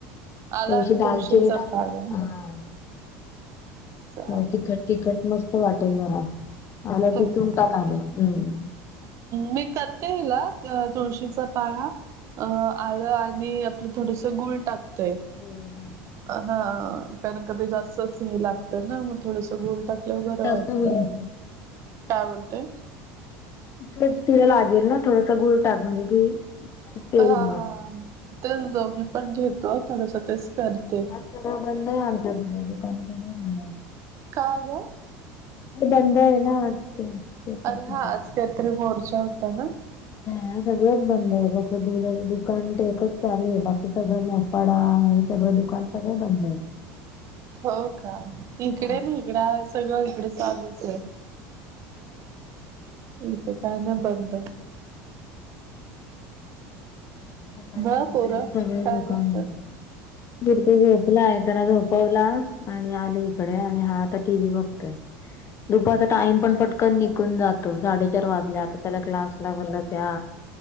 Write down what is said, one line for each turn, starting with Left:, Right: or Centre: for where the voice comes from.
Right: आला
Left: थोडीशी
Right: आणि
Left: दालचिनी
Right: तुळशीचा
Left: टाकत
Right: पाला
Left: हा.
Right: चालेल
Left: म तिखट तिखट मस्त वाटेल जरा. आला
Right: तेच
Left: तिथून टाक
Right: करते
Left: आणि हम्म.
Right: मी करते हला. त्या तुळशीचा पाळा अ आळ आणि आपलं थोडस गुळ टाकतय.
Left: होय हा.
Right: हा कारण का ते जास्तच हे लागतं ना मग थोडस गुळ टाकल्याव
Left: तिखट
Right: बरं
Left: जास्त
Right: वाटत
Left: होईल ते.
Right: काय बोलते?
Left: तक तिला लागेल ना थोडासा गुळटाक म्हणजे ती पेईल
Right: हा
Left: मग.
Right: हा तेच दो मी पण घेतो आता जसं तेच करते.
Left: सगळ बंद आहे आमच्या इथे दुकान सगळं बंद.
Right: का ग?
Left: ते बंद आहे ना आज ते पेपर
Right: अरे
Left: फुटल्याचा.
Right: हा आज काहीतरी मोर्चा होता ना?
Left: ह सगळंच बंद आहे फक्त दुधाच दुकान टे एकच चालू आहे बाकी सगळं बं वडा हे सगळं दुकान सगळे बंद आहेत.
Right: हो का इकडे
Left: हा.
Right: नाही. इकडा सगळं इकडे चालूच आहे. इ ते काय ना बंद.
Left: सकाळी
Right: ब
Left: मी उठले
Right: पोरं
Left: ते सांगळच
Right: काय
Left: दुकान
Right: करतात
Left: बंद. वरती झोपलाय त्याला झोपवला आणि आले इकडे आणि हा आता टी व्ही बघतोय.
Right: ह
Left: दुपाचा टाइम पण पटकन निकून जातो साडेचार वाजले आता त्याला क्लास लावला त्या